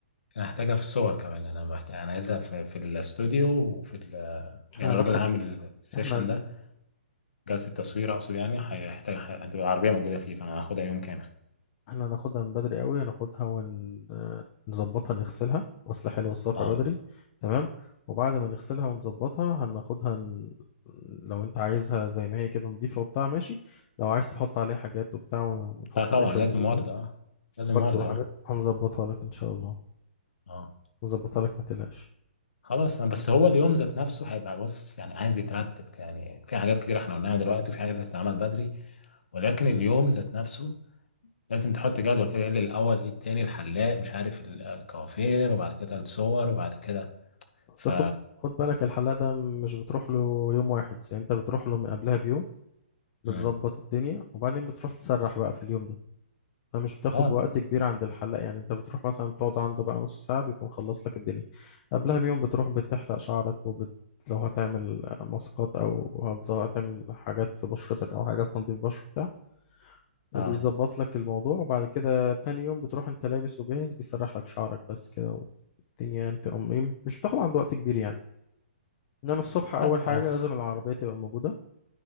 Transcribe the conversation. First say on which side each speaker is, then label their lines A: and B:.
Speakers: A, on the left; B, on the left.
A: انا هحتاجها في الصور كمان انا محتاج انا عايزها في, في الاستوديو وفي ال...
B: إحنا
A: يعني
B: هناخد
A: الراجل اللي هعمل السيشن
B: إحنا
A: ده جلسه تصوير اقصد يعني هيحتاج هتبقى العربيه موجوده فيه فانا هاخدها يوم كامل
B: احنا هناخدها من بدري قوي هناخدها ونظبطها نغسلها غسل حلو الصبح
A: اه
B: بدري تمام وبعد ما نغسلها ونظبطها هناخدها ن... لو انت عايزها زي ما هي كده نضيفة وبتاع ماشي لو عايز تحط عليها حاجات وبتاع ونحط
A: لا طبعا
B: عليه شوية
A: لازم
B: زينة
A: ورد اه لازم
B: ورد
A: ورد
B: وحاجات
A: اه
B: هنظبطها لك ان شاء الله
A: اه
B: نظبطها لك ما تقلقش
A: خلاص انا بس هو اليوم ذات نفسه هيبقى بص يعني عايز يترتب يعني في حاجات كتير احنا قلناها دلوقتي وفي حاجات هتتعمل بدري ولكن اليوم ذات نفسه لازم تحط جدول كده ايه اللي الاول ايه التاني الحلاق مش عارف الكوافير وبعد كده الصور وبعد كده
B: بس
A: ف
B: خد خد بالك الحلاق ده مش بتروح له يوم واحد يعني انت بتروح له من قبلها بيوم بتظبط
A: مم.
B: الدنيا وبعدين بتروح تسرح بقى في اليوم ده فمش بتاخد
A: اه
B: وقت كبير عند الحلاق يعني انت بتروح مثلا تقعد عنده بقى نص ساعة بيكون خلص لك الدنيا قبلها بيوم بتروح بتحلق شعرك وبت... لو هتعمل ماسكات او هتظ- هتعمل حاجات في بشرتك او حاجات تنظيف بشرة بتاع وبيظبط
A: اه
B: لك الموضوع وبعد كده تاني يوم بتروح انت لابس وجاهز بيسرح لك شعرك بس كده والدنيا يعني في أم... مش بتاخد عنده وقت كبير يعني انما الصبح اول
A: طب خلاص
B: حاجة لازم العربية تبقى موجودة